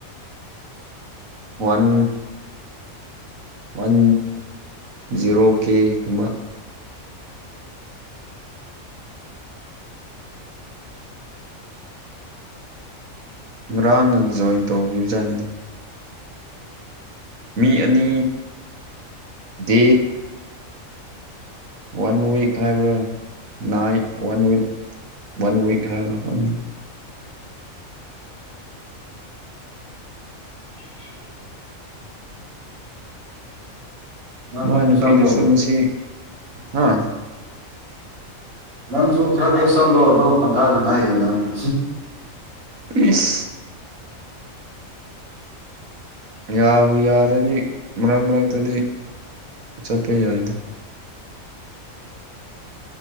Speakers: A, on the right; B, on the right.
A: ꯋꯥꯟ ꯋꯥꯟ ꯖꯤꯔꯣ ꯀꯦ ꯒꯨꯝꯕ ꯉꯔꯥꯡꯅ ꯖꯣꯏꯟ ꯇꯧꯈꯤꯕꯖꯥꯠꯅꯤꯗ ꯃꯤ ꯑꯅꯤ ꯗꯤ ꯋꯥꯟꯋꯤꯛ ꯍꯥꯏꯕ꯭ꯔꯥ ꯅꯥꯏꯠ ꯋꯥꯟꯋꯥ ꯋꯥꯟꯋꯤꯛ ꯍꯥꯏꯕ꯭ꯔꯥ ꯈꯪꯗꯦ
B: <inaudible> ꯅꯪꯁꯨ
A: ꯃꯥꯏ ꯅꯨꯄꯤꯗꯨꯁꯨ
B: ꯆꯠꯂꯣ
A: ꯃꯁꯤ ꯍꯥ
B: ꯅꯪꯁꯨ ꯈꯔ ꯈꯔ ꯆꯠꯂꯣ ꯑꯗꯨꯒ ꯇꯪꯈꯥꯏ ꯇꯪꯈꯥꯏ ꯌꯦꯅꯔꯣ
A: ꯏꯁ ꯌꯥꯕꯨ ꯌꯥꯔꯗꯤ ꯃꯔꯛ ꯃꯔꯛꯇꯗꯤ ꯆꯠꯄ ꯌꯥꯏꯗ